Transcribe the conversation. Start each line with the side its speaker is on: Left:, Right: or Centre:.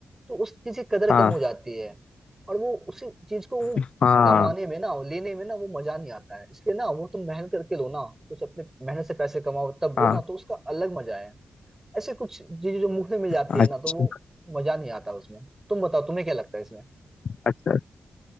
Right: तो उस चीज की कदर
Left: हाँ
Right: कम हो जाती है और वो उसी चीज को वो
Left: हाँ
Right: कमाने में ना लेने में ना वो मजा नहीं आता है इसलिए ना वो तुम मेहनत करके लो ना कुछ अपने मेहनत से पैसे कमाओ तब लो
Left: हाँ
Right: ना तो उसका अलग मजा है ऐसे कुछ चीजें जो मुफ्त में मिल जाती
Left: अच्छा
Right: है ना तो वो मजा नहीं आता उसमें तुम बताओ तुम्हें क्या लगता है इसमें
Left: अच्छा